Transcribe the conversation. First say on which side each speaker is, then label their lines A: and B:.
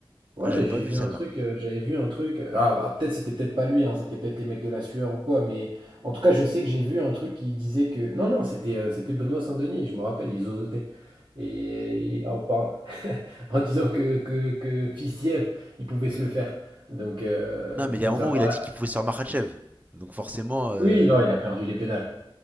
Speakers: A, on the right (about 55°); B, on the right (about 15°).
A: Ouais,
B: Ah, je l'ai pas
A: j'ai
B: vu
A: vu
B: celle-là.
A: un truc, euh, j'avais vu un truc. euh, Ah, ah, peut-être c'était peut-être pas lui, hein, c'était peut-être les mecs de la sueur ou quoi, mais en tout cas, je sais que j'ai vu un truc qui disait que. Non, non, c'était euh, c'était Benoît Saint-Denis, je me rappelle, ils zozotait. Et et en, par- <laughs> en disant que, que, que Fiziev, il pouvait se le faire. Donc, euh,
B: Non, mais il
A: donc
B: y a un moment
A: ça me paraît.
B: où il a dit qu'il pouvait se faire Makhachev. Donc forcément. euh,
A: Oui, non, il a perdu les pédales.